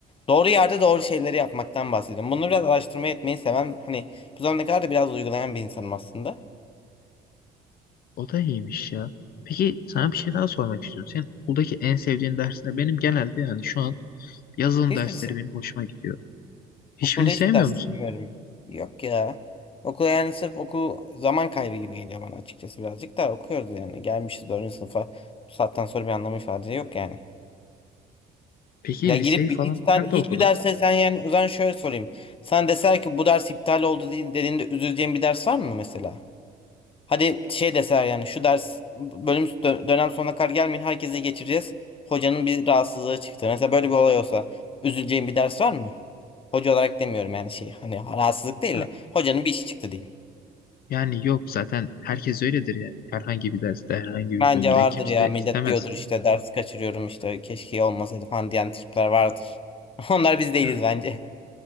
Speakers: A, on the left; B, on the left.
A: Doğru yerde doğru şeyleri yapmaktan bahsediyorum. Bunu biraz araştırma etmeyi seven hani bu zamana kadar da biraz uygulayan bir insanım aslında.
B: O da iyiymiş ya. Peki sana bir şey daha sormak istiyorum. Senin okuldaki en sevdiğin ders ne? Benim genelde yani şu an yazılım
A: Hiçbirisi.
B: dersleri benim hoşuma gidiyor. Hiçbirini
A: Okulda hiçbir
B: sevmiyor
A: ders
B: musun?
A: sevmiyorum. Yok ya. Okul yani sırf okul zaman kaybı gibi geliyor bana açıkçası birazcık da okuyoruz yani. Gelmişiz 4. sınıfa. Bu saatten sonra bir anlamı ifade yok yani.
B: Peki
A: Ya girip
B: liseyi falan
A: bir- hiç sen
B: nerede
A: hiçbir
B: okudun?
A: derse sen yani o zaman şöyle sorayım. Sen deser ki bu ders iptal oldu diye- dediğinde üzüleceğin bir ders var mı mesela? Hadi şey deseler yani şu ders bölüm dö- dönem sonuna kadar gelmeyin herkese geçireceğiz. Hocanın bir rahatsızlığı çıktı. Mesela böyle bir olay olsa üzüleceğin bir ders var mı? Hoca olarak demiyorum yani şey hani rahatsızlık değil
B: Ha,
A: de hocanın bir işi çıktı diyeyim.
B: Yani yok zaten herkes öyledir yani. Herhangi bir derste, herhangi bir
A: Bence
B: bölümde
A: vardır
B: kimse
A: ya millet
B: istemez.
A: diyordur işte ders kaçırıyorum işte keşke olmasaydı falan diyen tipler vardır. <laughs> Onlar biz değiliz
B: Yani
A: bence.